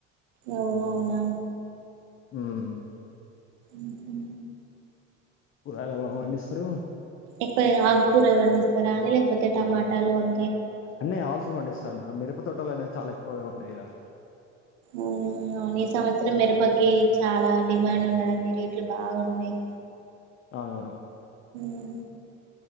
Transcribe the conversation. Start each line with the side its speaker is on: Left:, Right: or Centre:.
Right: ఓహో నా
Left: ఉమ్
Right: ఉహూ
Left: కురగాయలు బాగా పండిస్తారు
Right: ఎక్కువ ఆగుకూరలు పండిస్తారా అండి లేకపోతే టమాటాలు వం
Left: అన్నీ ఆల్స్ పండిస్తారు మేడం మిరుప తోటలు అనేవి చాలా ఎక్కువగా ఉంటాయి ఇడ
Right: ఉమ్మ్ మ్మ్ అవున్ ఈ సంవత్సరం మీర్పకి చాలా డిమాండ్ ఉన్నదండి రేట్లు బాగున్నాయ్
Left: అవునవును
Right: మ్